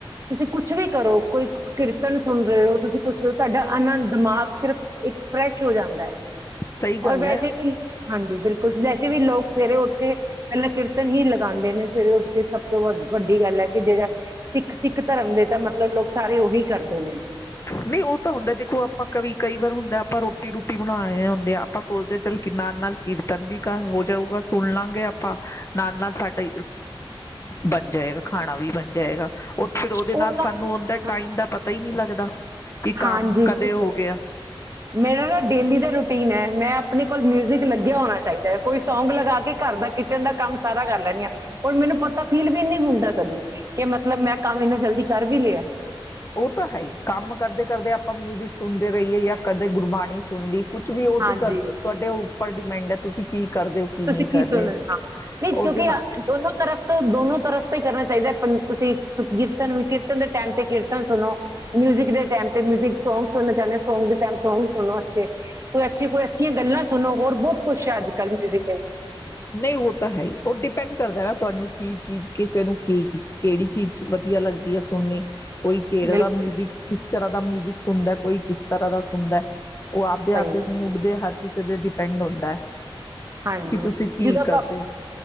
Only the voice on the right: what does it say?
ਤੁਸੀਂ ਕੁਛ ਵੀ ਕਰੋ, ਕੋਈ ਕੀਰਤਨ ਸੁਣ ਰਹੇ ਓ, ਤੁਸੀਂ ਕੁਝ, ਤਾਡਾ ਏਨਾ, ਦਿਮਾਗ ਸਿਰਫ ਇੱਕ ਫਰੈਸ਼ ਓ ਜਾਂਦਾ ਐ।
ਓਰ ਵੈਸੇ
ਵੀ ਹਾਂਜੀ ਬਿਲਕੁਲ ਵੈਸੇ ਵੀ ਲੋਕ ਸਵੇਰੇ ਉੱਠ ਕੇ ਪੈਲਾਂ ਕਿਰਤ ਤਨ ਈ ਲਗਾਂਦੇ ਨੇ ਸਵੇਰੇ ਉੱਠ ਕੇ ਸਭ ਤੋਂ ਵ ਵੱਡੀ ਗੱਲ ਐ ਕਿ ਜੇੜਾ ਸਿੱਖ, ਸਿੱਖ ਧਰਮ ਦੇ ਤਾਂ ਮਤਲਬ ਲੋਕ ਸਾਰੇ ਉਹੀ ਕਰਦੇ ਨੇ।
ਉਹ
ਕੰਮ
ਹਾਂ
ਹਾਂਜੀ
ਬਿਲਕੁਲ
ਮੇਰਾ ਨਾ ਡੇਲੀ ਦਾ ਰੁਟੀ ਧੀ ਨੇ, ਮੈਂ ਆਪਣੇ ਕੋਲ ਮਿਊਜ਼ਿਕ ਲੱਗਿਆ ਹੋਣਾ ਚਾਈਦੈ ਕੋਈ ਸੌਂਗ ਲਗਾ ਕੇ ਘਰ ਦਾ ਕਿਚਨ ਦਾ ਕੰਮ ਸਾਰਾ ਕਰ ਲੈੱਨਜ਼ ਆ, ਓਰ ਮੈਨੂੰ ਪਤਾ ਫੀਲ ਵੀ ਨੀ ਹੁੰਦਾ ਕਦੀ, ਕਿ ਮਤਲਬ ਮੈਂ ਕੰਮ ਇੰਨਾ ਜਲਦੀ ਕਰ ਵੀ ਲਿਆ
ਹਾਂਜੀ
ਤੁਸੀਂ
ਕੀ
ਸੁਣਦੇ
ਹਾਂ ਨਹੀਂ ਕਿਉਂਕਿ
ਦੋਨੋ ਤਰਫ ਤੋਂ ਦੋਨੋ ਤਰਫ ਤੋਂ ਈ ਕਰਨਾ ਚਾਈਦਾ ਏ ਤੁਸੀਂ ਕੀਰਤਨ ਵੀ ਕੀਰਤਨ ਦੇ ਟਾਈਮ ਤੇ ਕੀਰਤਨ ਸੁਣੋ ਮਿਊਜ਼ਿਕ ਦੇ ਟਾਈਮ ਤੇ ਮਿਊਜ਼ਿਕ ਸੌਂਗ ਸੁਣਨਾ ਚਾਹੁੰਦੇ ਹੋ ਸੌਂਗ ਟੈਮ ਤੁ ਵੀ ਸੁਣੋ ਅੱਛੇ ਕੋਈ ਅੱਛੀ ਕੋਈ ਅੱਛੀਆਂ ਗੱਲਾਂ ਸੁਣੋ ਹੋਰ ਬਹੁਤ ਕੁੱਛ ਅੱਜ ਕੱਲ੍ਹ ਮਿਉਜ਼ਿਕ
ਬਿਲਕੁਲ
ਸਹੀ
ਹਾਂਜੀ
ਜਦੋਂ ਆਪਾਂ,